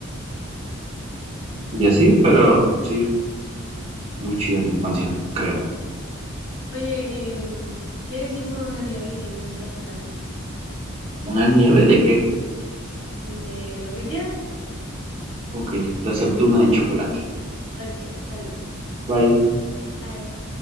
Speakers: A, on the right; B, on the left.
A: y así, pero sí, muy chida mi infancia, creo.
B: Oye, em, ¿quieres ir por una nieve y seguimos platicando?
A: ¿Una de qué?
B: De lo que quieras.
A: Ok, te acepto chocolate.
B: Ok, hello.
A: Bye.
B: Bye.